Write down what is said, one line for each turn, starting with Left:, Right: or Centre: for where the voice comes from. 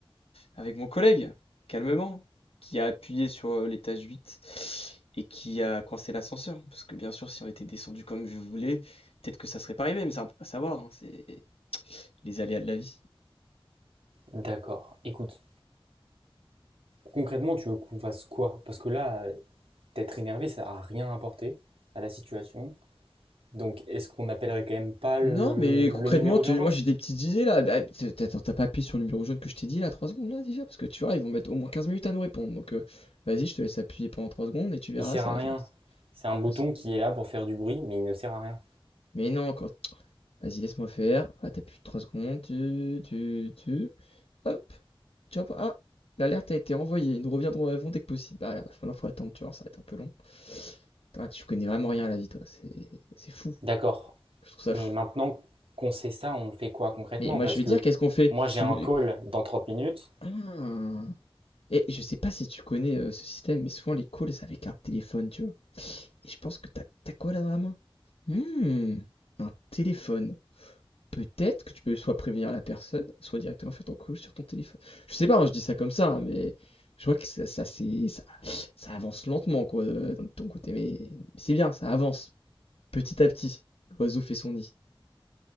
Left: avec mon collègue, calmement, qui a appuyé sur euh, l'étage 8 et qui a coincé l'ascenseur. Parce que bien sûr, si on était descendu comme je voulais, peut-être que ça serait pas arrivé, mais ça, on peut pas savoir. hein, c'est les aléas de la vie.
Right: D'accord. Écoute, concrètement, tu veux qu'on fasse quoi? Parce que là, euh, t'être énervé, ça n'a rien apporté à la situation. Donc, est-ce qu'on n'appellerait quand même pas le
Left: Non, mais concrètement,
Right: le numéro
Left: tu...
Right: d'urgence?
Left: moi j'ai des petites idées là. Ah, t- t- Attends, t'as pas appuyé sur le numéro jaune que je t'ai dit là, 3 secondes là déjà? Parce que tu vois, ils vont mettre au moins 15 minutes à nous répondre. Donc euh, vas-y, je te laisse appuyer pendant trois secondes et tu verras,
Right: Il sert
Left: ça
Right: à
Left: va
Right: rien.
Left: faire.
Right: C'est un bouton
Left: quand c'est-
Right: qui est là pour faire du bruit, mais il ne sert à rien.
Left: Mais non, quand... vas-y, laisse-moi faire. Ah, t'appuies 3 secondes, tu, tu, tu. Hop, tu vois pas. Ah, l'alerte a été envoyée. Nous reviendrons avant dès que possible. Ah là, bah, maintenant faut attendre, tu vois, ça va être un peu long. Ah, tu connais vraiment rien à la vie, toi. C'est c'est fou.
Right: D'accord.
Left: Je trouve ça
Right: Mais
Left: fou.
Right: maintenant qu'on sait ça, on fait quoi concrètement
Left: Mais moi,
Right: Parce
Left: je vais
Right: que
Left: dire, qu'est-ce qu'on fait?
Right: moi, j'ai
Left: Tu
Right: un
Left: voulais.
Right: call dans trente minutes.
Left: Ah. Et je sais pas si tu connais euh, ce système, mais souvent les calls c'est avec un téléphone, tu vois. Et je pense que t'as t'as quoi là dans la main? Hmm, un téléphone. Peut-être que tu peux soit prévenir la personne, soit directement faire ton call sur ton téléphone. Je sais pas, hein, je dis ça comme ça, hein, mais je vois que ça, ça, c'est, ça, ça avance lentement, quoi, euh, de ton côté. Mais, mais c'est bien, ça avance. Petit à petit, l'oiseau fait son nid.